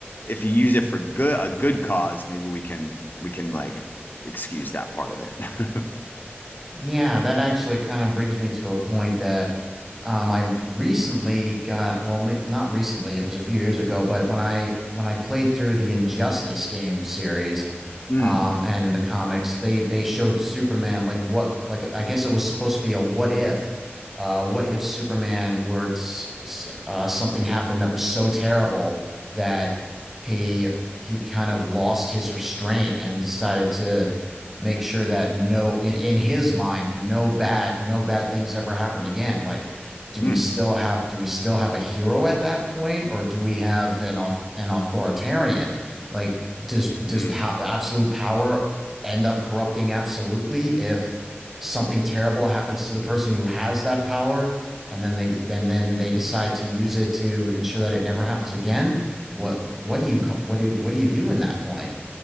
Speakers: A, on the left; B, in the centre.
A: if you use it for good a good cause, maybe we can we can like excuse that part of it. <laughs>
B: Yeah, that actually kind of brings me to a point that um, I recently got, well, m not recently, it was a few years ago, but when I when I played through the Injustice game series,
A: Mm,
B: um, and the comics, they they showed Superman like what like I guess it was supposed to be a what if, uh, what if Superman were to, uh, something happened that was so terrible that he he kind of lost his restraint and decided to make sure that no in, in his mind no bad no bad things ever happened again like do
A: mm,
B: we still have do we still have a hero at that point or do we have an auth- an authoritarian like does does
A: mm.
B: pow- absolute power end up corrupting absolutely if something terrible happens to the person who has that power and then they and then they decide to use it to ensure that it never happens again what what do you what do what do you do in that point